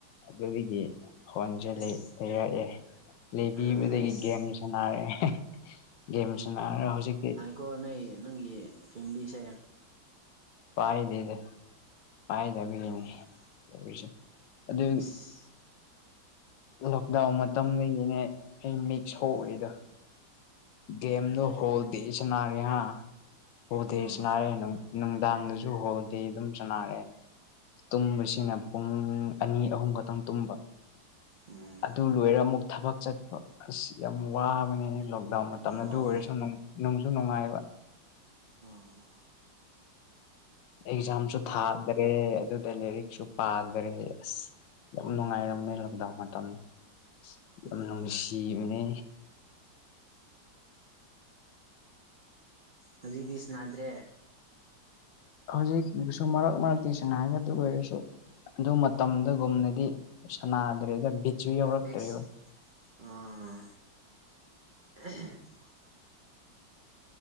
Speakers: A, on the left (about 75°); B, on the right (about 75°).
A: ꯑꯗꯨꯗꯒꯤ ꯐꯣꯟꯁꯦ
B: ꯑꯁ
A: ꯂꯩ ꯂꯩꯔꯛꯑꯦ ꯂꯩꯕꯤꯕꯗꯒꯤ
B: ꯑꯥ ꯑꯩꯁ
A: ꯒꯦꯝ ꯁꯥꯟꯅꯔꯦ ꯒꯦꯝ ꯁꯅꯔꯒ ꯍꯧꯖꯤꯛꯇꯤ
B: ꯀꯣ ꯅꯣꯏ ꯅꯪꯒꯤ ꯐꯦꯃꯤꯂꯤꯁꯦ
A: ꯄꯥꯏꯗꯦꯗ ꯄꯥꯏꯗꯕꯤꯒꯤꯅꯦ
B: ꯑꯩꯈꯣꯏꯗꯤ
A: ꯇꯧꯔꯤꯁꯦ ꯑꯗꯨ
B: ꯑꯁ
A: ꯂꯣꯛꯗꯥꯎꯟ ꯃꯇꯝꯗꯒꯤꯅꯦ ꯑꯩ ꯃꯤꯛ ꯁꯣꯛꯔꯤꯗꯣ
B: ꯑꯥ
A: ꯒꯦꯝꯗꯣ
B: ꯎꯝ
A: ꯍꯣꯜꯗꯦ ꯁꯅꯔꯦꯍ ꯍꯣꯜꯗꯦ
B: ꯎꯝ
A: ꯁꯥꯅꯥꯔꯦ ꯅꯨꯡꯗꯥꯡꯗꯁꯨ ꯍꯣꯜꯗꯦ ꯑꯗꯨꯝ ꯁꯥꯅꯥꯔꯦ ꯇꯨꯝꯕꯁꯤꯅ ꯄꯨꯡ ꯑꯅꯤ ꯑꯍꯨꯝ ꯈꯛꯇꯪ ꯇꯨꯝꯕ
B: ꯎꯝ
A: ꯑꯗꯨ ꯂꯣꯏꯔꯒ ꯑꯃꯨꯛ ꯊꯕꯛ ꯆꯠꯄ ꯑꯁ ꯌꯥꯝ ꯋꯥꯕꯅꯦꯅ ꯂꫭꯛ ꯗꯥꯎꯟ ꯃꯇꯝ ꯑꯗꯨ
B: ꯑꯣ
A: ꯑꯣꯏꯔꯁꯨ ꯅꯨꯡꯁꯨ ꯅꯨꯡꯉꯥꯏꯕ
B: ꯎꯝ
A: ꯑꯦꯛꯖꯥꯝꯁꯨ ꯊꯥꯗꯔꯦ ꯑꯗꯨꯗ ꯂꯥꯏꯔꯤꯛꯁꯨ ꯄꯥꯗꯔꯦ ꯑꯁ ꯌꯥꯝ ꯅꯨꯡꯉꯥꯏꯔꯝꯅꯦ ꯂꯣꯛꯗꯥꯎꯟ ꯃꯇꯝꯗ ꯌꯥꯝ
B: ꯎꯝ
A: ꯅꯨꯡꯁꯤꯕꯅꯦ
B: ꯍꯧꯖꯤꯛꯗꯤ ꯁꯅꯥꯗ꯭ꯔꯦ
A: ꯍꯧꯖꯤꯛꯁꯨ ꯃꯔꯛ ꯃꯔꯛꯇꯤ ꯁꯥꯅꯥꯏ ꯑꯗꯨ ꯑꯣꯏꯔꯁꯨ ꯑꯗꯨ ꯃꯇꯝꯗꯒꯨꯝꯅꯗꯤ ꯁꯅꯥꯗ꯭ꯔꯦꯗ ꯕꯤꯠꯁꯨ ꯌꯥꯎꯔꯛꯇ꯭ꯔꯦꯕ
B: ꯑꯦꯛꯁ ꯑꯥ <unintelligible>